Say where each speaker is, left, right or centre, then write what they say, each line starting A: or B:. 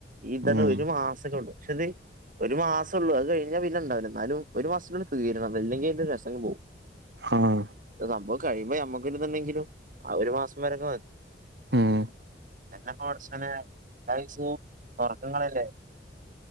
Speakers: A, on the right (about 50°); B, on the right (about 70°).
A: ഈ ഇതന്നെ
B: ഉം
A: ഒരു മാസക്ക ഉണ്ട് പക്ഷെ ഇത് ഒരു മാസം ഉള്ളൂ അത് കഴിഞ്ഞാൽ വിലണ്ടാവില്ല എന്നാലും ഒരു മാസത്തിലുള്ള സ്ുീകരണം അല്ലെങ്കിൽ അതിന്റെ രസംഗം പോകവും
B: ആഹ
A: സംഭ കഴിയുമ്പോ നമ്മക്കുണ്ടെങ്കിലും ആ ഒരു മാസം വരൊക്കെ മതി
B: ഉം
A: എന്നെ കൊച്ചനെ കൈസും ഉറക്കങ്ങളല്ലേ